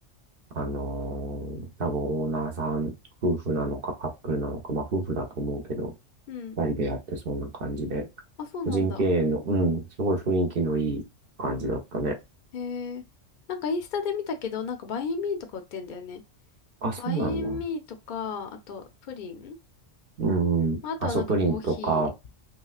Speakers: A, on the right (about 50°); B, on the left (about 50°).
A: あのー多分オーナーさん、夫婦なのかカップルなのか、まあ夫婦だと思うけど、
B: うん。
A: 二人でやってそうな感じで、
B: あ、そうなんだ。
A: 個人経営の、うん、すごい雰囲気のいい感じだったね。
B: へえ。なんかインスタで見たけど、なんかバインミーとか売ってんだよね。
A: あ、そうなんだ。
B: バインミーとか、あとプリン
A: うん、
B: まあ、あとはなんかコーヒー。
A: アソプリンとか、